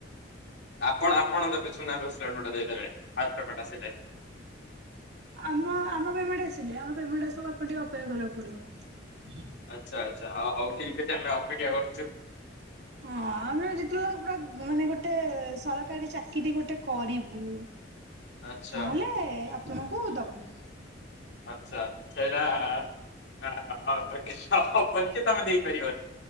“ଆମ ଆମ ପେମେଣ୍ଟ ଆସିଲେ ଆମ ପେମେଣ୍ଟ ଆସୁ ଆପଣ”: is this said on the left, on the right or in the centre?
Right